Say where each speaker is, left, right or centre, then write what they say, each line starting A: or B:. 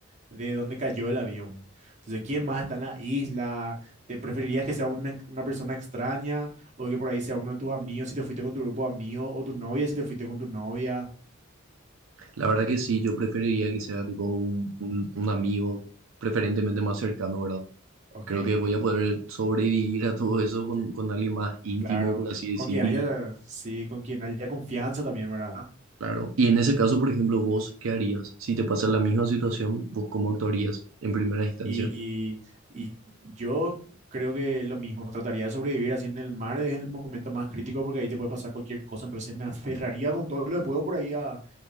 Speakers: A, on the right; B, on the right.
A: de donde cayó el avión. Entonces, ¿quién más está en la isla? ¿Te preferirías que sea una, una persona extraña o que por ahí sea uno de tus amigos si te fuiste con tu grupo de amigos o tu novia si te fuiste con tu novia?
B: La verdad que sí, yo preferiría que sea tipo un, un, un amigo, preferentemente más cercano, ¿verdad?
A: Ok,
B: Creo
A: eh,
B: que voy a poder sobrevivir a todo eso con, con alguien más íntimo,
A: claro.
B: por así decir,
A: Con quien
B: y
A: haya, sí, con quien haya confianza también, ¿verdad?
B: Claro. Y en ese caso, por ejemplo, vos, ¿qué harías? Si te pasa la misma situación, ¿vos cómo actuarías en primera instancia?
A: Y, y- y yo creo que lo mismo, trataría de sobrevivir así en el mar, es el momento más crítico porque ahí te puede pasar cualquier cosa, entonces me aferraría con todo lo que puedo por ahí a,